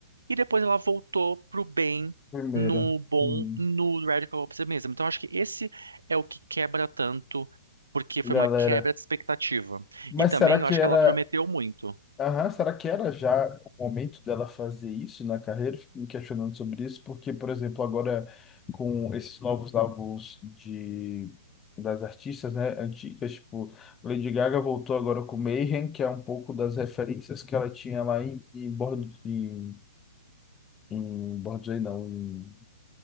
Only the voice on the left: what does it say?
primeiro.
Hum.
Galera.
Mas
será que
era.
Aham, será que era já o momento dela fazer isso na carreira? Fico me questionando sobre isso, porque, por exemplo, agora com esses novos álbuns de, das artistas, né, antigas, tipo, Lady Gaga voltou agora com Mayhem, que é um pouco das referências que ela tinha lá em, em, Born, em, em Born This não, em